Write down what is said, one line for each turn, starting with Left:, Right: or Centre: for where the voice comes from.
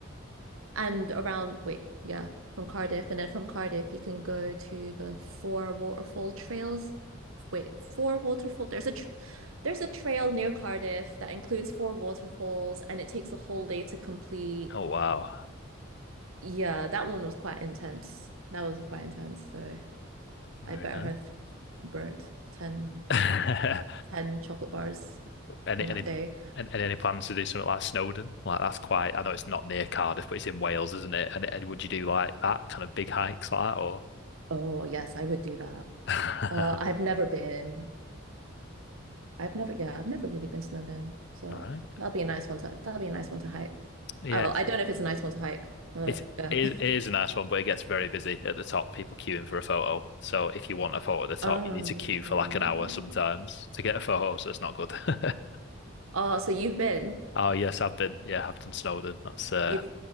Right: and around, wait, yeah, from Cardiff. And then from Cardiff, you can go to the four waterfall trails. Wait, four waterfall. There's a tr there's a trail near Cardiff that includes four waterfalls, and it takes a whole day to complete.
Left: Oh wow.
Right: Yeah, that one was quite intense. That was quite intense. So
Left: Very
Right: I better
Left: nice.
Right: have burnt 10
Left: <laughs>
Right: 10 chocolate bars
Left: Any
Right: on that
Left: any
Right: day.
Left: and any plans to do something like Snowdon? Like that's quite. I know it's not near Cardiff, but it's in Wales, isn't it? And, and would you do like that kind of big hikes like that, or?
Right: Oh, yes, I would do that.
Left: <laughs>
Right: Uh, I've never been. I've never, yeah, I've never really been snowed in. So
Left: All right.
Right: that'll be a nice one to, that'll be a nice one to hike.
Left: Yeah,
Right: I, well,
Left: it's,
Right: I don't know if it's a nice one to hike, but
Left: it's
Right: yeah.
Left: it
Right: <laughs>
Left: is a nice one, but it gets very busy at the top. People queuing for a photo. So if you want a photo at the top,
Right: Um,
Left: you need to queue for like an hour sometimes to get a photo. So it's not good. <laughs>
Right: oh, so you've been,
Left: Oh yes, I've been. Yeah, I've done Snowdon. That's uh,
Right: you've